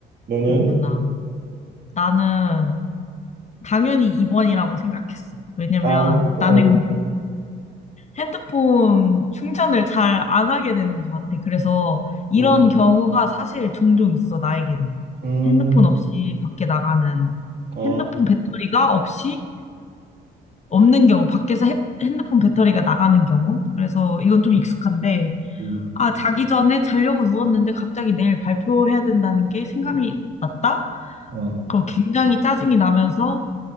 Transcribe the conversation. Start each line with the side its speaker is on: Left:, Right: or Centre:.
Right: 너는?
Left: 그렇구나. 나는 당연히 2번이라고 생각했어. 왜냐면
Right: 아, 진짜?
Left: 나는
Right: 어.
Left: 핸드폰 충전을 잘 안 하게 되는 것 같아. 그래서 이런
Right: 응.
Left: 경우가 사실 종종 있어, 나에게는.
Right: 음,
Left: 핸드폰 없이 밖에 나가는,
Right: 아,
Left: 핸드폰 배터리가 없이 없는 경우, 밖에서 해- 핸드폰 배터리가 나가는 경우. 그래서 이건 좀 익숙한데,
Right: 음.
Left: 아, 자기 전에 자려고 누웠는데 갑자기 내일 발표해야 된다는 게 생각이 났다?
Right: 어.
Left: 그럼 굉장히 짜증이 나면서